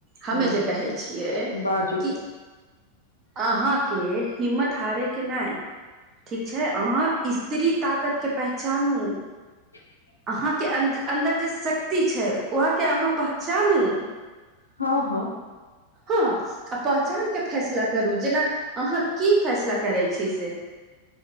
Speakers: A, on the right; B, on the left.
A: हमे
B: ह
A: जे कहै छियै
B: बाजू
A: कि अहाँ केँ हिम्मत हारे केँ नै ठीक छै अहाँ स्त्री ताकत केँ पहचानू
B: <unintelligible>
A: अहाँकेँ अन्दर जे शक्ति छै वहाँ केँ अहाँ पहचानू
B: हँ हं
A: हँ आ पहचान के फैसला करू जेना अहाँ की फैसला करै छी से